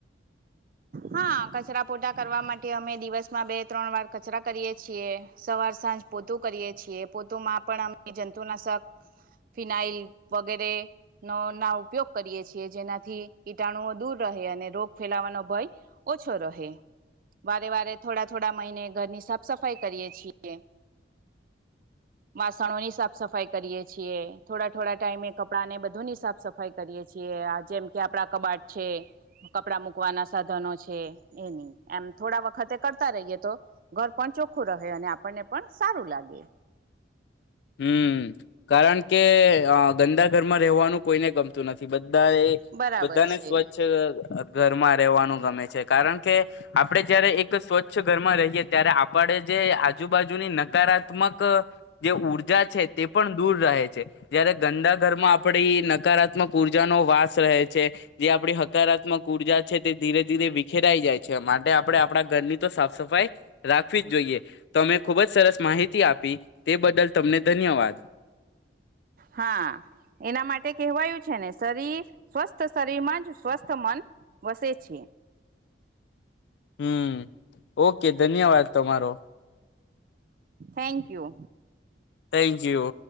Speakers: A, on the right; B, on the left.
A: હા કચરા પોટા કરવા માટે અમે દિવસમાં બે ત્રણ વાર કચરા કરીએ છીએ સવાર સાંજ પોતું કરીએ છીએ પોતુ માં પણ અમે જંતુનાશક ફિનાઈલ વગેરે નો ના ઉપયોગ કરીએ છીએ જેનાથી. ટાણુ દૂર રહે અને રોગ ફેલાવાનો ભય ઓછો રહે વારે વારે થોડા થોડા મહિને ઘરની સાફ સફાઈ કરીએ છીએ વાસણોની સાફ સફાઈ કરીએ છીએ થોડા થોડા ટાઈમે કપડાને બધુંની સાફ સફાઈ કરીએ છીએ જેમ કે આપડા. કબાટ છે કપડા મૂકવાના સાધનો છે. એની એમ થોડા વખતે કરતા રહીએ તો ઘર પણ ચોખ્ખું રહે અને આપણને પણ સારું લાગે.
B: હમ કારણ કે ગંદા ઘરમાં રહેવાનું કોઈને ગમતું નથી બધ. બા એ
A: બરાબર
B: બધાને
A: છે
B: સ્વચ્છ ઘરમાં રહેવાનું. ગમે છે કારણ કે આપડણે જયારે એક સ્વચ્છ ઘરમાં રહીએ ત્યારે આપણે જે આજુબાજુની નકારાત્મક જે. છે તે પણ દૂર રહે છે જયારે ગંદા ઘરમાં આપડી નકારાત્મક ઉઊર્જાનોો વાસ રહે છે જે આપડી હકારાત્મક ઉર્જા છે તે ધીરે ધીરે વિખેરાઈ જાય છે માટે આપણે આપણા ઘરની તો સાફ સફાઈ રાખવી જ જોઈએ તો અમે ખુબ જ સરસ માહિતી આપી તે બદલ. તમને ધન્યવાદ.
A: હા એના માટે કેહેવાયું છે ને શરીર, સ્વસ્થ શરીર માં જ સ્વસ્થ મન વસે છે.
B: હમ્મ. ઓકે ધન્યવાદ તમારો.
A: Thank you.
B: Thank you.